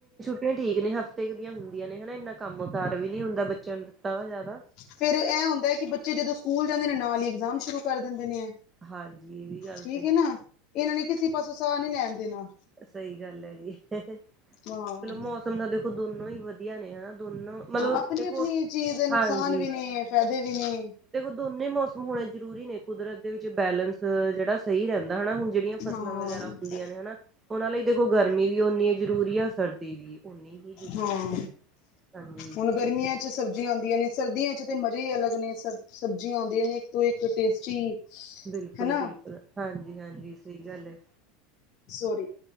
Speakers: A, on the right; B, on the left.
A: ਬ ਠੀਕ ਨੇ ਹਫ਼ਤੇ ਦੀਆਂ ਹੁੰਦੀਆਂ ਨੇ ਹਨਾ ਇੰਨਾ ਕੰਮ ਕਾਰ ਵੀ ਨੀ ਹੁੰਦਾ ਬੱਚਿਆਂ ਨੂੰ ਦਿੱਤਾ ਹੋਇਆ।
B: ਫੇਰ ਇਹ ਹੁੰਦਾ ਹੈ ਕਿ ਬੱਚੇ ਜਦੋਂ ਸਕੂਲ ਜਾਂਦੇ ਨੇ ਨਾਲ ਹੀ ਇਗਜ਼ਾਮ ਸ਼ੁਰੂ ਕਰ ਦਿੰਦੇ ਨੇ ਹੈ।
A: ਹਾਂਜੀ ਇਹ ਵੀ ਗੱਲ
B: ਠੀਕ
A: ਸਹੀ
B: ਨਾ ਇਹਨਾਂ ਨੇ ਕਿਸੇ ਪਾਸੋਂ ਸਾਹ ਨੀ ਲੈਣ ਦੇਣਾ।
A: ਸਹੀ ਗੱਲ ਹੈ ਜੀ ਚਲੋ
B: ਹਾਂ
A: ਮੌਸਮ ਦਾ ਦੇਖੋ ਦੋਨੋ ਹੀ ਵਧੀਆ ਵਦੀਆ ਨੇ ਹਨਾ ਦੋਨ ਮਤਲਬ
B: ਆਪਣੀ-ਆਪਣੀ
A: ਦੇਖੋ
B: ਚੀਜ਼ ਦੇ ਨੁਕਸਾਨ
A: ਹਾਂਜੀ।
B: ਵੀ ਨੇ ਫਾਇਦੇ ਵੀ ਨੇ
A: ਤੇਖੋ ਦੋਨੇ ਮੌਸਮ ਹੋਣੇ ਜ਼ਰੂਰੀ ਨੇ ਕੁਦਰਤ ਦੇ ਵਿੱਚ ਬੈਲੈਂਸ ਜਿਹੜਾ ਸਹੀ ਰਹਿੰਦਾ ਹਨਾ ਹੁਣ ਜਿਹੜੀਆਂ ਫਸਲਾਂ
B: ਹਾਂ-ਹਾਂ
A: ਵਗੈਰਾ ਹੁੰਦੀਆਂ ਨੇ ਹਨਾ। ਉਹਨਾਂ ਲਈ ਦੇਖੋ ਗਰਮੀ ਵੀ ਓਨੀ ਹੈ ਜ਼ਰੂਰੀ ਹੈ ਸਰਦੀ ਵੀ। ਓਨੀ ਹੀ ਜ਼ਰੂਰੀ
B: ਹਾਂ
A: ਆ ਹਾਂਜੀ
B: ਉਹਨ। ਗਰਮੀਆਂ ਚ ਸਬਜ਼ੀਆਂ ਆਉਂਦੀਆਂ ਨੇ ਸਰਦੀਆਂ ਚ ਤੇ ਮਜ਼ੇ ਹੀ ਅਲੱਗ ਨੇ ਸ ਸਬਜ਼ੀਆਂ ਆਉਂਦੀਆਂ ਨੇ ਇੱਕ ਤੋਂ ਇੱਕ ਟੇਸਟੀ।
A: ਬਿਲਕੁਲ
B: ਹਨਾ
A: ਬਿਲਕੁਲ। ਹਾਂਜੀ ਹਾਂਜੀ ਸਹੀ ਗੱਲ ਹੈ
B: ਸੋਰੀ